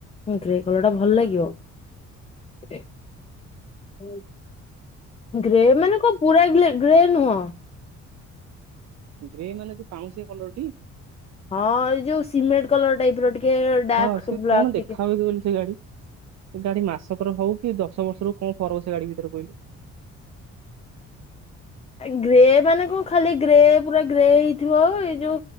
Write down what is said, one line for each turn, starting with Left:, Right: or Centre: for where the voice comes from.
Left: ହୁଁ ଗ୍ରେ କଲର ଟା ଭଲ ଲାଗିବ ହୁଁ। ଗ୍ରେ ମାନେ କଣ ପୁରା ଗ୍ଲେ ଗ୍ରେ ନୁହ।
Right: ଗ୍ରେ ମାନେ ଯୋଉ ପାଉଁଶିଆ କଲର ଟି?
Left: ହଁ ଏଇ ଯୋଉ ସିମେଟ କଲର ଟାଇପ ର ଟିକେ। ଡାର୍କ
Right: ହଁ ସେ
Left: ବ୍ଲାକ୍
Right: କଣ ଦେଖା
Left: ଟିକେ
Right: ହଉଛୁ କନି ସେ ଗାଡି। ସେ ଗାଡି ମାସକର ହଉ କି ଦଶ ବର୍ଷରୁ କଣ ଫରକ ସେ ଗାଡି ଭିତରେ କହିଲୁ।
Left: ଆଁଇ ଗ୍ରେ ମାନେ କଣ ଖାଲି ଗ୍ରେ ପୁରା ଗ୍ରେ ହେଇଥିବ ଏଇ ଯୋଉ